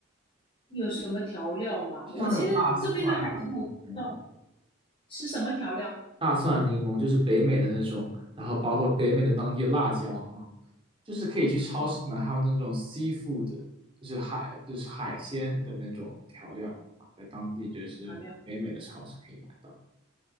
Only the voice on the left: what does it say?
有什么调料吗？
我现在这边的海鲜我不知道
是什么调料。
嗯
漂料，